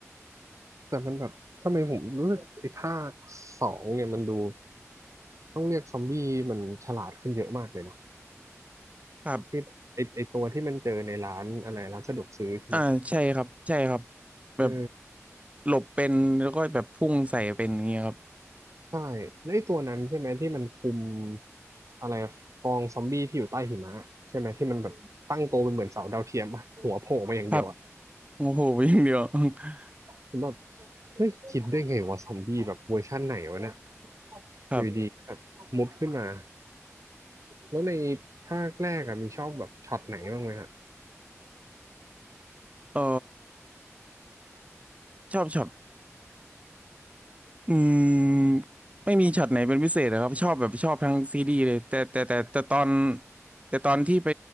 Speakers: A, on the right (about 80°); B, on the right (about 25°).
A: แต่มันแบบทำไมผมรู้สึกไอ้ภาคสองเนี่ยมันดู ต้องเรียกซอมบี้มันฉลาดขึ้นเยอะมากเลยเนาะ
B: ครับ
A: ที่ไอไอตัวที่มันเจอในร้านอะไรร้านสะดวกซื้อใช่ไหม
B: อ่าใช่ครับใช่ครับแบบ
A: เออ
B: หลบเป็นแล้วก็แบบพุ่งใส่เป็นอย่างเงี้ยครับ
A: ใช่แล้วไอตัวนั้นใช่ไหมที่มันคุมอะไรกองซอมบี้ที่อยู่ใต้หิมะใช่ไหมที่มันแบบตั้งโตวเป็นเหมือนเสาดาวเทียมอะหัวโผล่มาอย่างเดียวอะ
B: ครับโอ้โหอย่างเดียว <laughs>
A: ผมแบบเฮ้ยคิดได้ไงวะซอมบี้แบบเวอร์ชั่นไหนวะเนี่ย
B: ครับ
A: อยู่ดีๆก็แบบมุดขึ้นมาแล้วในภาคแรกอะมีชอบแบบช็อตไหนบ้างไหมฮะ
B: เออชอบช็อตอืมไม่มีช็อตไหนเป็นพิเศษนะครับชอบแบบชอบทั้งซีรีส์เลยแต่แต่แต่แต่ตอนแต่ตอนที่ไป